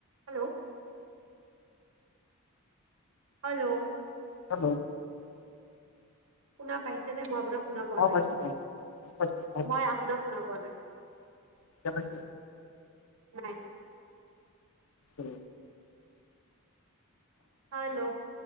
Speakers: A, on the right (about 65°); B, on the left (about 65°).
A: Hello. Hello.
B: Hello.
A: শুনা পাইছে নে মই আপোনাক শুনা পোৱা
B: অ
A: নাই।
B: পাইছো পাইছো পাইছো পাইছো।
A: মই আপোনাক শুনা পোৱা নাই
B: এতিয়া পাইছে
A: নাই।
B: উম।
A: হেল্ল'